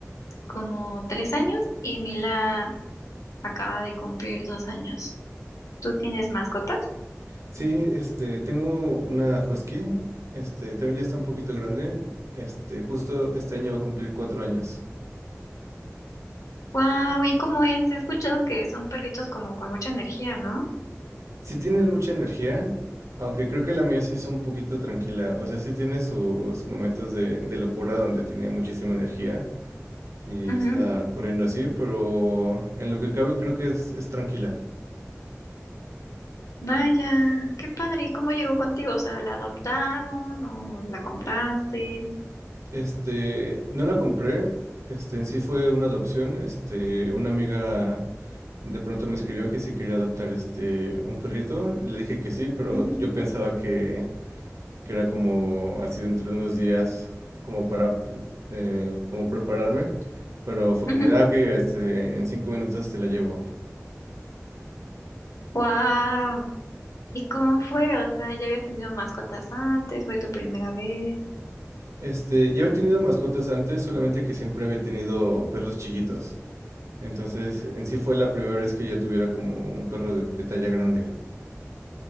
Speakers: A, on the left (about 80°); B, on the right (about 65°).
A: como tres años y Mila acaba de cumplir dos años. ¿Tú tienes mascotas?
B: Sí, este, tengo una husky. Este, también ya está un poquito grande. Este, justo este año va a cumplir cuatro años.
A: Wow, ¿y cómo es? He escuchado que son perritos como con mucha energía, ¿no?
B: Sí tiene mucha energía, aunque creo que la mía sí es un poquito tranquila. O sea, sí tiene sus momentos de, de locura donde tiene muchísima energía. Y
A: Ujú.
B: está corriendo así, pero en lo que cabe creo que es, es tranquila.
A: Vaya, qué padre. ¿Y cómo llegó contigo? O sea, ¿la adoptaron o la compraste?
B: Este, no la compré, este, en sí fue una adopción, este, una amiga de pronto me escribió que si quería adoptar este, un perrito, le dije que sí, pero
A: Ujú,
B: yo pensaba que, que era como así dentro de unos días, como para, eh, como prepararme, pero fue
A: ujú.
B: como de, ah, ok, este, en cinco minutos te la llevo.
A: Wow. ¿Y cómo fue? O sea, ¿ya habías tenido mascotas antes? ¿Fue tu primera vez?
B: Este, ya había tenido mascotas antes, solamente que siempre había tenido perros chiquitos. Entonces, en sí fue la primera vez que ya tuviera como un perro de, de talla grande.